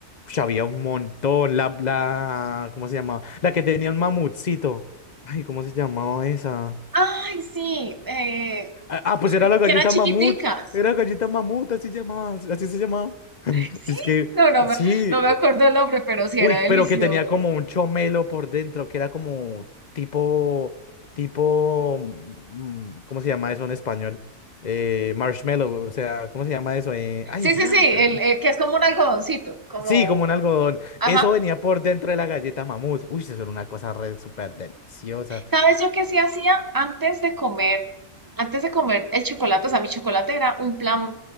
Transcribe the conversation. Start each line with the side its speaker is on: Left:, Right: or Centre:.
Left: Uy, había un montón. La, la, ¿cómo se llamaba? La que tenía un mamutcito. Ay, ¿cómo se llamaba esa?
Right: Ay, sí. eh,
Left: Ah, ah, pues
Right: ay,
Left: era la galleta
Right: que eran chiquiticas.
Left: mamut. Era galleta mamut, así llamaba, así se llamaba.
Right: Sí,
Left: Es que,
Right: no, no me,
Left: sí,
Right: no
Left: eh,
Right: me acuerdo el nombre, pero sí
Left: Uy,
Right: era delicioso.
Left: pero que tenía como un chomelo por dentro, que era como tipo, tipo, mm, ¿cómo se llama eso en español? Eh, marshmallow, o sea, ¿cómo se llama eso? Eh, ay,
Right: Sí,
Left: <gasps>
Right: sí, sí, el,
Left: se-
Right: eh, que es como un algodoncito, como,
Left: sí, como un algodón.
Right: ajá.
Left: Eso venía por dentro de la galleta mamut. Uy, eso era una cosa re súper deliciosa.
Right: ¿Sabes yo qué sí hacía antes de comer? Antes de comer el chocolate, o sea, mi chocolate era un plan